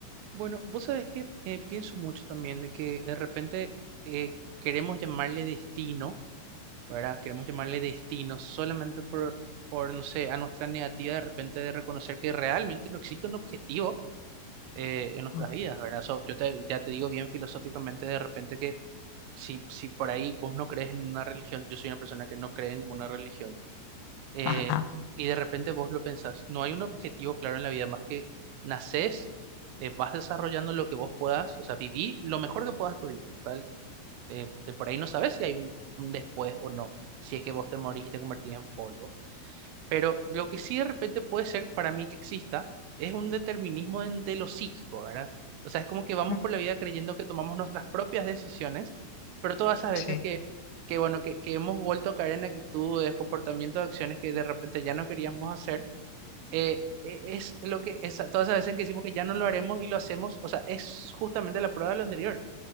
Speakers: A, on the right; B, on the left.
A: Bueno, vos sabés que eh, pienso mucho también de que de repente eh, queremos llamarle destino, ¿verdad? Queremos llamarle destino solamente por, por, no sé, a nuestra negativa de repente de reconocer que realmente no existe un objetivo eh, en nuestras
B: Ujú.
A: vidas, ¿verdad? So, yo te, ya te digo bien filosóficamente de repente que si, si por ahí vos no crees en ninguna religión, yo soy una persona que no cree en ninguna religión eh,
B: Ajá.
A: y de repente vos lo pensás, no hay un objetivo claro en la vida más que nacés, eh, vas desarrollando lo que vos puedas, o sea, viví lo mejor que puedas tu vida, total, eh, de por ahí no sabes si hay un, un después o no, si es que vos te morís y te convertís en polvo, pero lo que sí de repente puede ser para mí que exista es un determinismo en- de lo psíquico, ¿verdad? O sea, es como que vamos
B: Mm,
A: por la vida creyendo que tomamos nuestras propias decisiones, pero todas esas veces
B: Sí.
A: que, que bueno, que, que hemos vuelto a caer en actitudes, comportamientos, acciones que de repente ya no queríamos hacer, eh, e- es lo que, esa- todas esas veces en que decimos que ya no lo haremos y lo hacemos, o sea, es justamente la prueba de lo anterior.